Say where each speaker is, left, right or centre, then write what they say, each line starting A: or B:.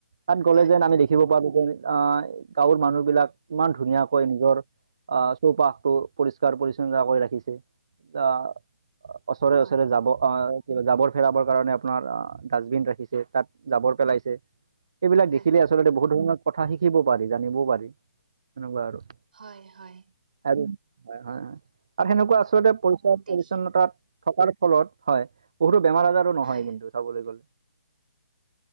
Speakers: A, on the right; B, on the right.
A: তাত গ'লে
B: হয়
A: যেন আমি দে দেখিব পাৰোঁ যে আমি আ, গাঁৱৰ মানুহবিলাক ইমান ধুনীয়াকৈ নিজৰ আহ চৌপাশটো পৰিষ্কাৰ পৰিচ্ছন্ন কৰি ৰাখিছে। আহ ওচৰে-ওচৰে
B: হয়
A: জাবৰ আহ, কিবা জাবৰ ফেৰাবৰ কাৰণে আপোনাৰ ডাষ্টবিন ৰাখিছে, তাত জাবৰ পেলাইছে। এইবিলাক
B: হয়
A: দেখিলে আছ আচলতে বহুত ধৰণৰ কথা শিকিবও পাৰি, জানিবও পাৰি। তেনেকুৱা আৰু
B: হয়, হয়।
A: আৰু হয়, হয়, হয়, আৰু সেনেকুৱা আচলতে পৰিচয়
B: দেখি
A: পৰিচ্ছন্নতাত থকাৰ ফলত হয়, বহুতো বেমাৰ আজাৰো নহয়
B: হয়
A: কিন্তু চাবলৈ গলে।